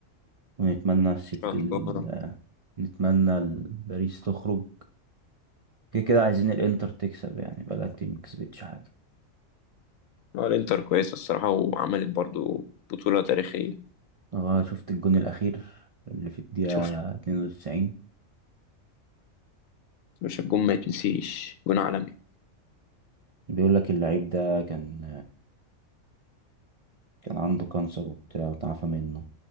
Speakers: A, on the right; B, on the left.
A: ونتمنى السيت...
B: ان
A: ال...
B: شاء الله
A: نتمنى باريس تخرج كده كده عايزين الانتر تكسب يعني بقالها كتير ما كسبتش حاجة
B: اه الانتر كويسة الصراحة وعملت برضو بطولة تاريخية
A: اه شفت الجون الاخير اللي في الدقيقة
B: شفت
A: 92
B: مش الجون ما يتنسيش جون عالمي
A: بيقول لك اللعيب ده كان كان عنده كانسر وبتاع وتعافى منه